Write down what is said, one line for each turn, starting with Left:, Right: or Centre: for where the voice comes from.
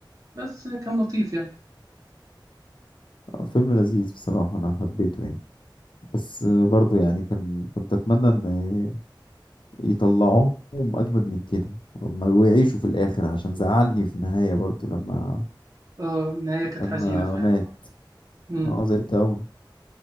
Right: بس كان لطيف يعني
Left: فيلم لذيذ بصراحه انا حبيته يعني بس برضه يعني كان كنت اتمنى ان يطلعوهم اجمد من كده وما- ويعيشوا في الاخر عشان زعلني في النهايه برضه لما
Right: اه النهايه كانت
Left: لما
Right: حزينه فعلا
Left: مات
Right: مم.
Left: اه زعلت قوي